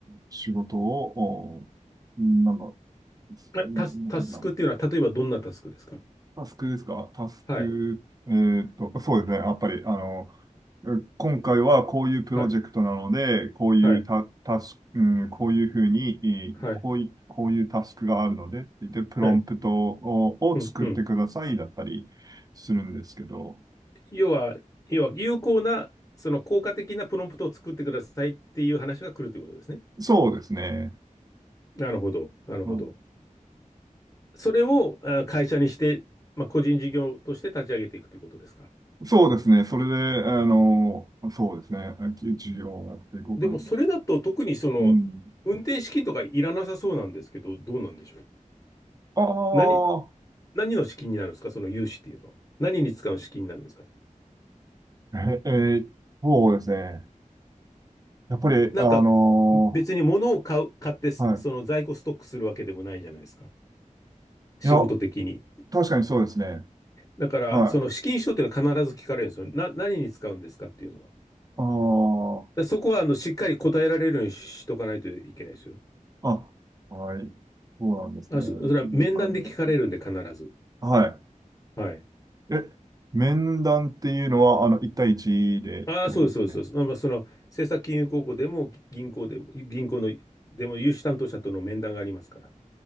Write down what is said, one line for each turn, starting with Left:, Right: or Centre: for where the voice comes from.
Right: 仕事を、おうんなんか、
Left: え、
Right: ななんていうかな、
Left: タス、タスクっていうのは、例えばどんなタスクですか
Right: タスクですかタスク、
Left: はい。
Right: えーっと、そうですね。やっぱり、あの、う今回はこういうプロジェクトなので、
Left: はい。
Right: こういうタ、
Left: はい。
Right: タスク、うん、こういうふうに、えーこうい、
Left: はい。
Right: こういうタスクがあるので、で、プロンプトを、
Left: はい。
Right: を作ってくださいだったりするんですけど、
Left: うん。うん。要は、要は、有効な、その効果的なプロンプトを作ってくださいっていう話が来るということですね。
Right: そうですね。
Left: なるほど。なるほど。
Right: うん
Left: それをあ会社にして、まあ、個人事業として立ち上げていくということですか。
Right: そうですね。それで、あの、そうですね。授業をやっていこうかな。
Left: でも、それだと特にその、
Right: うん。
Left: 運転資金とかいらなさそうなんですけど、どうなんでしょう。
Right: あ
Left: 何、何の資金になるんですかその融資っていうのは。何に使う資金になるんですかね
Right: あ、え、えーそうですね。やっぱり、
Left: なんか、
Right: あの
Left: 別に物を買う、買って、その在庫ストックするわけでもないじゃないですか。
Right: ーはい。
Left: 仕事的に。
Right: いや、確かにそうですね。
Left: だから、
Right: はい。
Left: その資金使途っていうのは必ず聞かれるんですよ。な、何に使うんですかっていうのは。だ
Right: あー
Left: そこは、あの、しっかり答えられるようにしとかないといけないですよ。
Right: あ、はい。そうなんですね。
Left: あ、そ、
Right: なんかね
Left: それは面談で聞かれるんで、必ず。
Right: は
Left: はい。
Right: い。え、面談っていうのは、あの、一対一でってことですね。
Left: ああ、そうです、そうです、そうです。まあ、その、政策金融高校でも、銀行でも、銀行の、でも、融資担当者との面談がありますから。